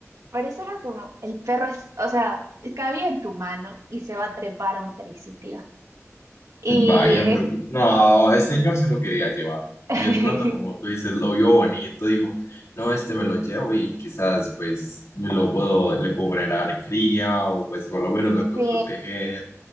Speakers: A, on the right (about 85°); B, on the left (about 85°).
A: Pero eso era como, el perro es, o sea, cabía en tu mano y se va a trepar a un triciclo. Y
B: Vaya, pero que- no, el señor se lo quería llevar.
A: <laughs>
B: Y de pronto, como tú dices, lo vio bonito, dijo, no, este me lo llevo y quizás pues me lo puedo, le puedo generar cría o pues por lo menos me puede
A: sí,
B: proteger.